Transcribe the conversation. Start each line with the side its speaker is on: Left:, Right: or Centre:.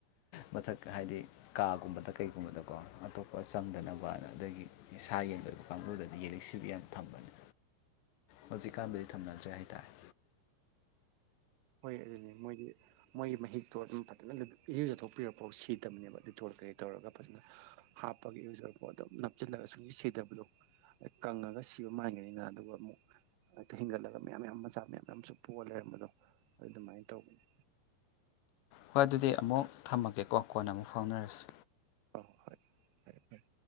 Left: ꯃꯊꯛ ꯍꯥꯏꯗꯤ ꯀꯥꯒꯨꯝꯕꯗ ꯀꯩꯒꯨꯝꯕꯗꯀꯣ ꯑꯇꯣꯞꯄ ꯆꯪꯗꯅꯕ ꯑꯗꯒꯤ ꯏꯁꯥ ꯌꯦꯟ ꯂꯣꯏꯕ ꯀꯥꯡꯕꯨꯗꯗꯤ ꯌꯦꯔꯤꯛꯁꯤꯕꯨ ꯌꯥꯝ ꯊꯝꯕꯅꯤ ꯍꯧꯖꯤꯛꯀꯥꯟꯗꯗꯤ ꯊꯝꯅꯗ꯭ꯔꯦ ꯍꯥꯏꯇꯥꯔꯦ
Right: ꯍꯣꯏ ꯑꯗꯨꯅꯦ ꯃꯣꯏꯒꯤ ꯃꯣꯏꯒꯤ ꯃꯍꯤꯛꯇꯣ ꯑꯗꯨꯝ ꯐꯖꯅ ꯏꯔꯨꯖꯊꯣꯛꯄꯤꯔꯛꯐꯥꯎ ꯁꯤꯗꯕꯅꯦꯕ ꯂꯤꯇꯣꯜ ꯀꯩ ꯇꯧꯔꯒ ꯐꯖꯅ ꯍꯥꯞꯄꯒ ꯏꯔꯨꯖꯔꯐꯥꯎ ꯑꯗꯨꯝ ꯅꯞꯁꯤꯜꯂꯒ ꯁꯨꯝ ꯁꯤꯗꯕꯗꯣꯗ ꯀꯪꯉꯒ ꯁꯤꯕ ꯃꯥꯟꯒꯅꯤꯅ ꯑꯗꯨꯒ ꯑꯃꯨꯛ ꯑꯛꯇ ꯍꯤꯡꯒꯠꯂꯒ ꯃꯌꯥꯝ ꯃ ꯃꯆꯥ ꯃꯌꯥꯝ ꯃꯌꯥꯝꯨ ꯄꯣꯛꯑꯒ ꯂꯩꯔꯝꯕꯗꯣ ꯑꯗꯨꯃꯥꯏꯅ ꯇꯧꯕꯅꯤ
Left: ꯍꯣꯏ ꯑꯗꯨꯗꯤ ꯑꯃꯨꯛ ꯊꯝꯃꯒꯦꯀꯣ ꯀꯣꯟꯅ ꯑꯃꯨꯛ ꯐꯥꯎꯅꯔꯁꯤ
Right: ꯑ ꯍꯣꯏ ꯍ ꯐꯔꯦ ꯐꯔꯦ